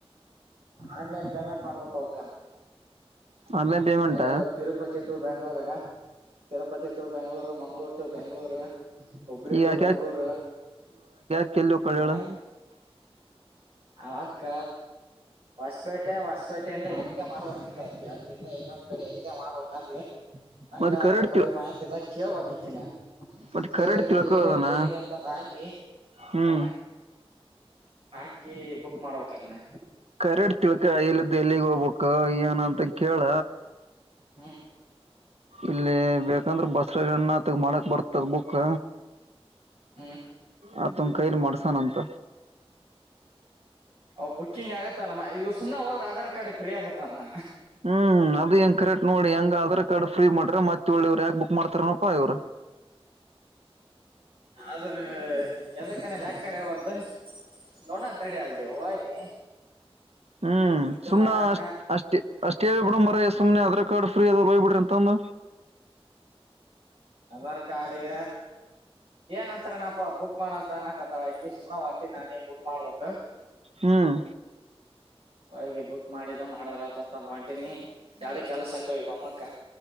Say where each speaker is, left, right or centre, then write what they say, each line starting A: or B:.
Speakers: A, on the right (about 65°); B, on the right (about 80°).
A: ಆನ್ಲೈನ್ ಪೇಮೆಂಟ್ ಮಾಡ್ಬೇಕ್ ಅವಕ
B: ಆನ್ಲೈನ್ ಪೇಮೆಂಟ್
A: ಎಲ್ಲ ತಿರುಪತಿ ಟು ಬೆಂಳೂರ್ಗ ತಿರುಪತಿ ಟು ಬೆಂಗ್ಳೂರು ಮಂಗ್ಗಳೂರು ಟು ಬೆಂಗ್ಗಳೂರು. ಹುಬ್ಳ್ಳಿ
B: ಈಗ
A: ಟು
B: ಯಾಕ
A: ಬೆಂಗ್ಳೂರು.
B: ಯಾಕ <unintelligible>
A: ಹ ಅವಕ್ಕ. ಹೊಸಪೇಟೆ ಹೊಸಪೇಟೆಯಿಂದ ಹೆಲ್ಲಿಗೆ ಮಾಡ್ಬೇಕ ಅಂದ ಅದಕಿ ಅಲ್ಲಿಂದ ಇನ್ನೊಂದ್ ಕಡೆ ಹೆಜಗೆ ಮಾಡ್ಬೇಕಂದಲ. ಹಂಗ
B: ಮತ್
A: ಅಂತ
B: ಕರೆಡ್
A: ಬರಿ
B: ತಿ
A: ಮಾಹಿತಿ ಇಲ್ಲ ಕೇಳ್ಬಕ್ಕಿನ.
B: ಮತ್
A: ಕೇಳಿ
B: ಕರೆಡ್ ತಿಳ್ಕೋದನ
A: ಎಲ್ಲಿಂದ ಎಲ್ಲಿಗೆ ಅಂತಂದು ಹಾಕಿ
B: ಹ್ಮ್
A: ಹಾ. ಹಾಕಿ ಬುಕ್ ಮಾಡ್ಬೇಕದನ್ನ.
B: ಕರೆಡ್ ತಿಳ್ಕ ಇಲ್ಲದ್ದ ಎಲ್ಲಿಗ್ ಹೋಗ್ಬಕ್ ಏನ ಅಂತ ಕೇಳ.
A: ಹ್ಮ್.
B: ಇಲ್ಲಿ ಬೇಕಂದ್ರೆ ಬಸ್ಸುಗಳನ್ನ ತಗ ಮಾಡಕ್ ಬರ್ತದ ಬುಕ್.
A: ಹ್ಮ್
B: ಆ ತನ್ ಕೈಲಿ ಮಾಡಡ್ಸಣಂತ.
A: ಅವ ಬುಕಿಂಗ್ ಆಗತ್ತಲ್ಲ ಇವ ಸುಮನೆ ಹೋದ್ರ ಆಧಾರ್ ಕಾರ್ಡ್ ಫ್ರೀ ಆಗತ್ತತ ನಾ.
B: ಹ್ಮ್ ಅದು ಹೆಂಗ ಕರೆಕ್ಟ್ ನೋಡಿ ಹೆಂಗ ಆಧಾರ್ ಕಾರ್ಡ್ಫ್ರೀ ಮಾಡ್ರ ಮತ್ತೆ ಒಳ್ಳಿವ್ ಯಾಕ ಬುಕ್ ಮಾಡತಾರ. ಪಾ ಇವರ.
A: ಆದ್ರ ಯದಕ್ಕನೇಲ್ ಯಾಕ್ಕರ ಅವಾವಲ್ದು. ನೋಡಂತಡ ಅಲ್ಲ ಹೋಗಿ.
B: ಹ್ಮ್
A: ಇದು
B: ಸುಮ್
A: ಮಾಡಣ
B: ಅಷ್ಟ ಅಷ್ಟೇ ಅಷ್ಟೇ. ಬಿಡ ಮರ ಎ ಸುಮ್ಮನೆ ಆಧಾರ್ ಕಾರ್ಡ್ ಫ್ರೀ ಅದ ಹೋಗ್ಬಿಡ್ರಿ ಅಂತಂದ.
A: ಅದಾರ್ ಕಾರ್ಡಗ ಏನ್ಂತರ ನಪರ್. ಬುಕ್ ಮಾಡೋಂತ ಅನುಕಾಥಳ ಅಕ್ಕಿ ಒಂಟಿ ನಾನೇ ಬುಕ್ ಮಾಡ್ಬೇಕಕ್.
B: ಹ್ಮ್
A: ಹೋಗಿ ಬುಕ್ ಮಾಡಿದ ಮಾಡಿದ್ರ ಆತಂತಂದ ಒಂಟಿನಿ ಎರಡ ಕೆಲಸ ಅಕ್ಕವ ಈಗ ಒಮ್ಮಕ.